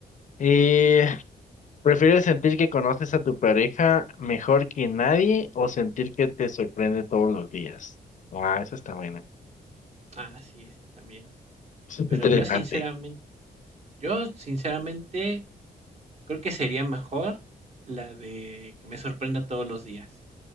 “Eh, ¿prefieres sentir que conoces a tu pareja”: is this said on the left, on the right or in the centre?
Left